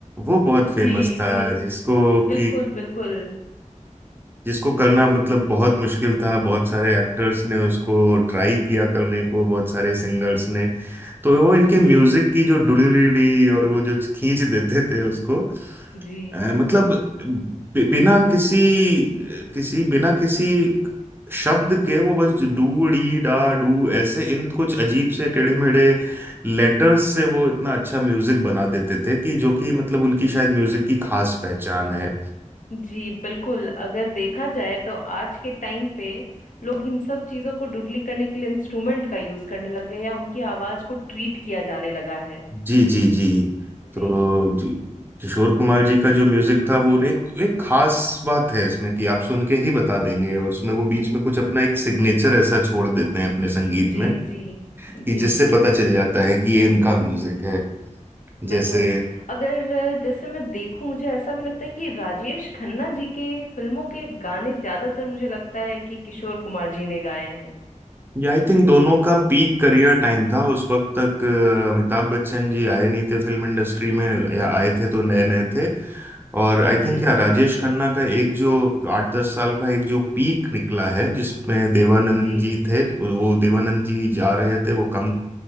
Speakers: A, on the right; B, on the left.
A: वो बहुत फेमस
B: जी
A: था
B: जी
A: जिसको
B: बिल्कुल
A: कि
B: बिल्कुल
A: जिसको करना मतलब बहुत मुश्किल था बहुत सारे एक्टर्स ने उसको ट्राई किया करने को बहुत सारे सिंगर्स ने तो वो इनके
B: जी
A: म्यूजिक की जो डुडली और वो जो खींच देते थे उसको
B: जी
A: अ, मतलब बि- बिना किसी किसी बिना किसी शब्द के वो बस डू डी डा डू ऐसे इन कुछ अजीब से टेढ़े मेढ़े लेटर्स से वो इतना अच्छा म्यूजिक बना देते थे कि जो कि मतलब उनकी शायद म्यूजिक की खास पहचान है
B: जी बिल्कुल अगर देखा जाए तो आज के टाइम पे लोग इन सब चीजों को डुडली करने के लिए इंस्ट्रूमेंट का यूज करने लग गए या उनकी आवाज को ट्रीट किया जाने लगा है
A: जी जी जी तो
B: जी
A: जी किशोर कुमार जी का जो म्यूजिक था वो एक एक खास बात है इसमें कि आप सुन के ही बता देंगे और उसमें वो बीच में कुछ अपना एक सिग्नेचर ऐसा छोड़ देते हैं अपने संगीत
B: जी
A: में
B: जी
A: कि
B: जी
A: जिससे पता चल
B: बिल्कुल
A: जाता है कि ये इनका म्यूजिक है जैसे
B: बिल्कुल अगर अ, जैसे मैं देखूं मुझे ऐसा भी लगता है कि राजेश खन्ना जी के फिल्मों के गाने ज्यादातर मुझे लगता है कि किशोर कुमार जी ने गाए हैं
A: ये आई थिंक दोनों का पीक करियर टाइम था उस वक्त तक अ, अमिताभ बच्चन जी आए नहीं थे फिल्म इंडस्ट्री में या आए थे तो नए नए थे और आई
B: जी
A: थिंक यार राजेश खन्ना का एक जो आठ दस साल का एक जो पीक निकला है जिसमें देवानंद
B: जी
A: जी थे वो देवानंद जी जा रहे थे वो कम